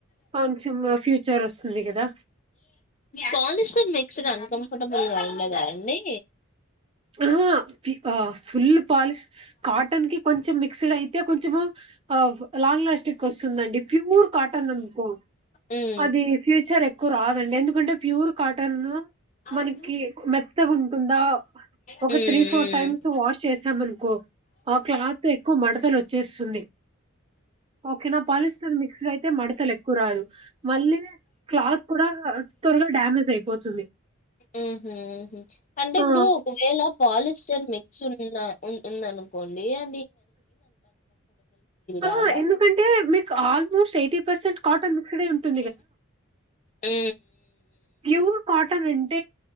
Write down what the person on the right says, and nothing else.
కొంచెం ఫ్యూచర్ వస్తుంది కదా
ఆహా ఫుల్ పాలిష్ కాటన్ కి కొంచెం మిక్స్డ్ అయితే కొంచెము ఆ లాంగ్ లాస్టిక్ వస్తుందండి ప్యూర్ కాటన్కో
అది ఫ్యూచర్ ఎ రాదండి ఎందుకంటే ప్యూర్ కాటన్
మనకి మెత్తగా ఉంటుందా ఒక
త్రీ ఫోర్ టైమ్స్ వాష్ చేసా మనుకో ఆ క్లాత్ ఎక్కువ మడతలు వచ్చేస్తుంది ఓకే నా పాలిస్టర్ మిక్స్డ్ అయితే మడతలు ఎక్కువ రాదు మళ్ళీ క్లాత్ కూడా త్వరగా డ్యామేజ్ అయిపోతుంది
ఆ.
ఆహా
ఎందుకంటే మీకు ఆల్మోస్ట్ ఏయిటి పర్సెంట్ కాటన్ గుడ్డనే ఉంటు
ప్యూర్ కాట్ టన్ అంటే